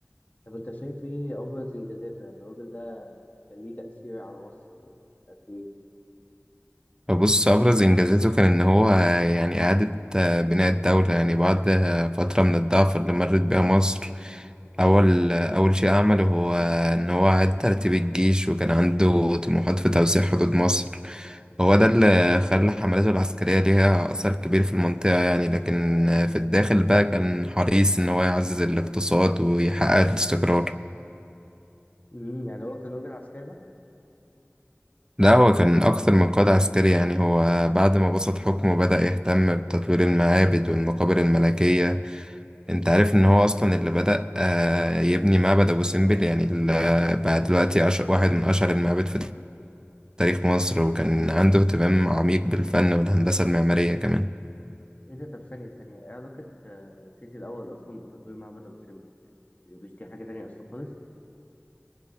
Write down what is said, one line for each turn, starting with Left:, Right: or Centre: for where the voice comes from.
Left: طب أنت شايف إيه أبرز إنجازاته يعني الراجل ده كان ليه تأثير على مصر قد إيه؟
Right: بص أبرز إنجازاته كان إن هو يعني إعادة آه، بناء الدولة يعني بعد آه، فترة من الضعف اللي مرت بيها مصر أول آه، أول شيء عمله هو إن هو أعاد ترتيب الجيش وكان عنده طموحات في توسيع حدود مصر هو ده اللي خلى حملاته العسكرية ليها أثر كبير في المنطقة يعني لكن آه، في الداخل بقى كان حريص إن هو يعزز الاقتصاد ويحقق الاستقرار
Left: مم، يعني هو كان راجل عسكري
Right: لا هو كان أكثر من قائد عسكري يعني هو بعد ما بسط حكمه بدأ يهتم بتطوير المعابد والمقابر الملكية أنت عارف إن هو أصلا اللي بدأ آه، يبني معبد أبو سمبل يعني ال- بقى دلوقتي أش- واحد من أشهر المعابد في تاريخ مصر وكان عنده اهتمام عميق بالفن والهندسة المعمارية كمان
Left: ايه ده طب ثانية ثانية ايه علاقة آه، سيتي الأول أصلا بتطوير معبد أبو سمبل يعني يعني مش دي حاجة تانية أصلا خالص؟